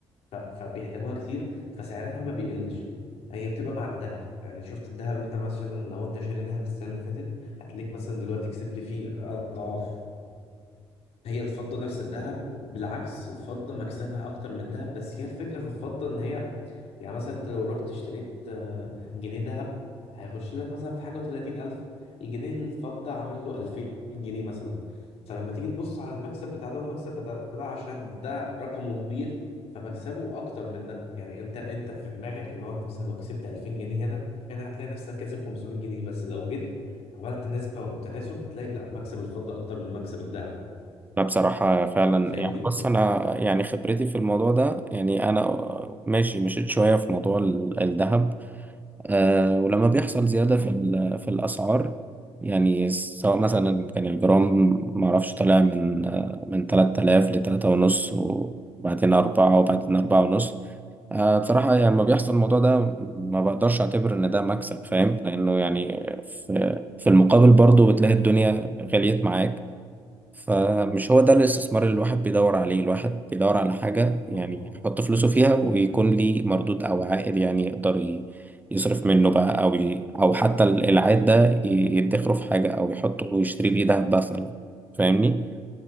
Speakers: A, on the left; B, on the right.
A: ف... فبيحتاجوها كتير فسعرها ما بيقلش هي بتبقى مع الذهب يعني شفت الذهب انت مثلا لو انت شاري ذهب السنة اللي فاتت هتلاقيك مثلا دلوقتي كسبت فيه اضعاف هي الفضة نفس الذهب بالعكس الفضة مكسبها أكتر من الذهب بس هي الفكرة في الفضة إن هي يعني مثلا أنت لو رحت اشتريت آه، جنيه ذهب هيخش لك مثلا في حاجة وتلاتين ألف الجنيه الفضة عامل له ألفين جنيه مثلا فلما تيجي تبص على المكسب بتاع ده والمكسب بتاع ده عشان ده رقمه كبير فمكسبه أكتر من ده يعني أنت أنت في دماغك اللي هو أنت مثلا لو كسبت 2000 جنيه هنا هنا هتلاقي نفسك كاسب 500 جنيه بس لو جيت عملت نسبة وتناسب هتلاقي لا مكسب الفضة أكتر من مكسب الذهب
B: أنا بصراحة فعلا
A: فاهمني؟
B: يعني بص أنا يعني خبرتي في الموضوع ده يعني أنا ماشي مشيت شوية في موضوع ال- الذهب أه ولما بيحصل زيادة في ال- في الأسعار يعني سواء مثلا كان الجرام معرفش طالع من آه، من 3000 لتلاتة ونص وبعدين أربعة وبعدين أربعة ونص آه، بصراحة يعني لما بيحصل الموضوع ده ما بقدرش أعتبر إن ده مكسب فاهم لأنه يعني في في المقابل برضه بتلاقي الدنيا غليت معاك فمش هو ده الاستثمار اللي الواحد بيدور عليه الواحد بيدور على حاجة
A: ما
B: يعني
A: ما
B: يحط فلوسه فيها ويكون ليه مردود أو عائد يعني يقدر ي- يصرف منه بقى أو ي... أو حتى ال- العائد ده ي- يدخره في حاجة أو يحطه ويشتري بيه دهب مثلا فاهمني؟